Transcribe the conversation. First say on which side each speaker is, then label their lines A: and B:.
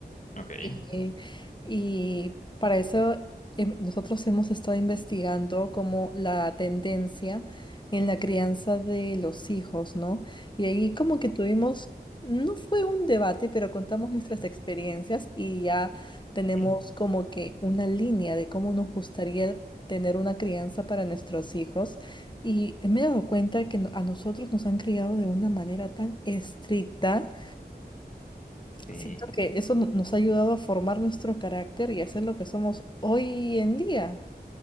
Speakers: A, on the left; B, on the left.
A: okay,
B: Y, y para eso em, nosotros hemos estado investigando como la tendencia en la crianza de los hijos, ¿no? Y ahí como que tuvimos, no fue un debate, pero contamos nuestras
A: ok,
B: experiencias y ya tenemos
A: ujú.
B: como que una línea de cómo nos gustaría tener una crianza para nuestros hijos. Y me he dado cuenta que no- a nosotros nos han criado de una manera tan estricta
A: Sí.
B: Siento que eso no- nos ha ayudado a formar nuestro carácter y a ser lo que somos hoy en día.